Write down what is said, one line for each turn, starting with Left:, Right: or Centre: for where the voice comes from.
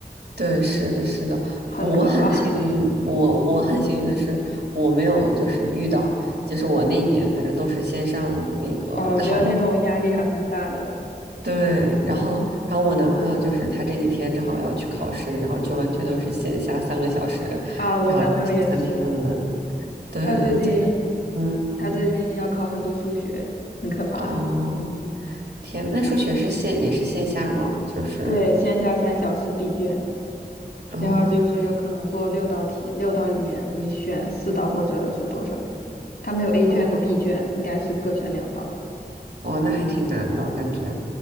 Right: 对，是的，是的，
Left: 很可怕。
Right: 我很幸运，
Left: <laughs>
Right: 我我很幸运的是，我没有就是遇到，就是我那年反正都是线上那个考的，
Left: 啊，我觉得那种压力还蛮大的。
Right: 对，然后然后我男朋友就是他这几天正好要去考试，然后就完全都是线下三个小时，
Left: 啊，我男朋友也是。
Right: 然后写三篇论文，对，
Left: 他最近
Right: 就嗯，
Left: 他最近要考很多数学，很可怕。
Right: 哦，天，那数学是线也是线下吗？就是
Left: <laughs> 对，线下三小时闭卷，
Right: 哦
Left: 然后就是可能做六道题，六道里面你选四道或者是多少。他没有 A
Right: 哦
Left: 卷和 B 卷，应该是各选两道。
Right: 哦，那还挺难的感觉。